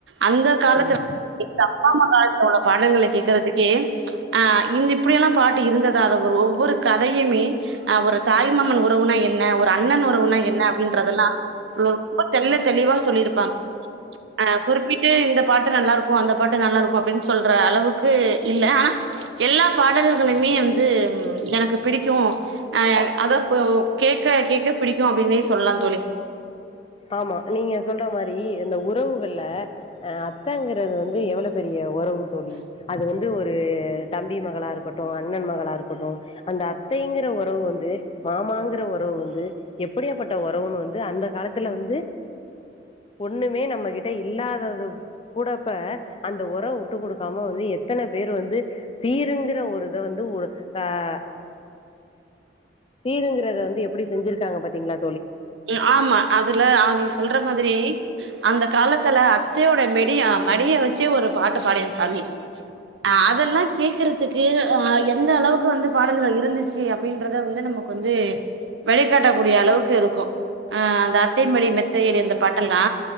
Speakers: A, on the right; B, on the left.
A: அந்தே காலத்துலே
B: ம்
A: எங் அப்பா அம்மா காலத்துலே உள்ள பாடல்கள கேக்கறதுக் கே ச்ச ஆ இந் இப்பிடியெல்லா பாட்டு இருந்ததாதோ ஒ ஒவ்வொரு கதையுமே அ ஒரு தாய்மாமனு உறவுனா என்னே ஒரு அண்ணன் உறவுனா என்னே அப்டின்றதெல்லா <unintelligible> ரொம்ப தெல்ல தெளிவா சொல்லியிருப்பாங்கே ஆ குறிப்பிட்டு இந்த பாட்டு நல்லாருக்கோ அந்த பாட்டு நல்லாளுக்கோ அப்டின் சொல்றே அளவுக்கு இல்லே ஆனா எல்லா பாடல்களுமே வந்து ம் எனக்கு பிடிக்கூ ஆ யங் அதாப்போ கேட்க கேட்க பிடிக்கோ அப்டின்னே சொல்லா தோழி
B: ஆமா நீங்கே சொல்றே மாரி இந்த உறவுகள்லே ஆ அத்தேங்கிறது வந்து எவ்ளோ பெரியே ஒறவு தோழி அது வந்து ஒரு தம்பி மகளா இருக்கட்டோ அண்ணன் மகளா இருக்கட்டோ அந்த அத்தைங்கிற ஒறவு வந்து மாமாங்கிற ஒறவு வந்து எப்பிடியாப்பட்ட ஒறவுனு வந்து அந்த காலத் த்துல வந்து ஒண்ணுமே நம்ம கிட்ட இல்லாதது கூடப்ப அந்த உற விட்டுக்கொடுக்காம வந்து எத்தனை பேரு வந்து சீருங்கிற ஒரு இதை வந்து ஆஹ் சீருங்கறதே வந்து எப்படி செஞ்சிருக்காங்கே பாத்தீங்ளா
A: ம் ஆமா அதுலே அவுங் சொல்ற மாதிரி அந்தே காலத்துலே அத்தியோட மெடியா மடிய வச்சே ஒரு பாட்டு பாடி காமி ஆ அ இதெல்லா கேக்குறதுக்கு ஆ அந்த அளவுக்கு வந்து பாடல்கள் இருந்துச்சு அப்படின்றத வந்து நமக்கு வந்து வழிகாட்டக்கூடிய அளவுக்கு இருக்கும் ஆ அந்த அத்தைைமடி மெத்தையடி அந்த பாட்டெல்லா